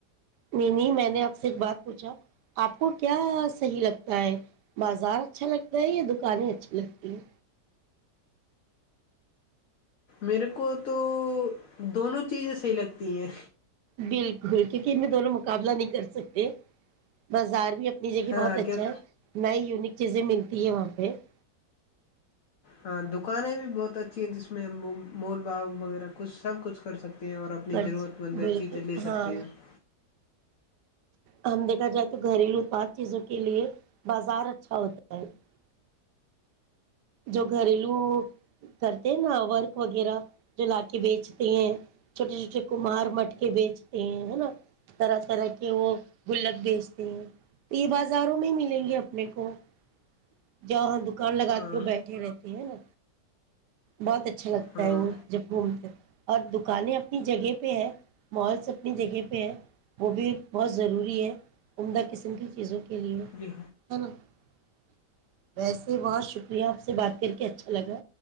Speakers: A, on the right (about 80°); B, on the left (about 55°).
A: نہیں نہیں میں نے آپ سے ایک بات پوچھا آپ کو کیا صحیح لگتا ہے بازار اچھا لگتا ہے یا دکانیں اچھی لگتی ہیں
B: میرے کو تو دونوں چیزیں صحیح لگتی ہیں
A: بالکل کیونکہ ان میں دونوں مقابلہ نہیں کر سکتے بازار بھی نج جے کہ
B: ہاں
A: بہت اچھا
B: کیوں
A: ہے میں یونک <inaudible> <inaudible> چیز م <inaudible> ت ماں پہ <inaudible>
B: ہاں دکانیں بھی بہت اچھی ہے جس میں ہم مول باؤ وغیرہ کچھ سب کچھ کر سکتے <unintelligible> ستے ہیں اور اپنی
A: خرچ۔
B: ضرورت مند
A: بالکل
B: چیزیں لے
A: ہاں
B: سکتے ہیں <inaudible>
A: ہم دیکھا جائے تو گھریلو اتپاد چیزوں کے لیے بازار اچھا ہوتا ہے <unintelligible> جو گھریلو کرتے ہیں نا ورک وغیرہ جو لا کے بیچتے ہیں چھوٹے چھوٹے کمہار مٹ کے بیچتے ہیں نا طرح طرح کے وہ گلک بیچتے ہیں تو یہ بازاروں میں ہی ملیں گے اپنے کو <unintelligible> ج وہاں دکان لگاتے
B: ہاں
A: بیٹھے رہتے ہیں ہے نا بہت اچھا لگتا
B: ہاں
A: ہے وہ جب گھومتے اور دکانیں اپنی جگہ پہ ہے مالس اپنی جگہ پہ ہے وہ بھی بہت ضروری ہے عمدہ قسم کی چیزوں کے لیے
B: جی
A: ہے نا <unintelligible> ویسے وہاں شکریہ آپ سے بات کر کے اچھا لگا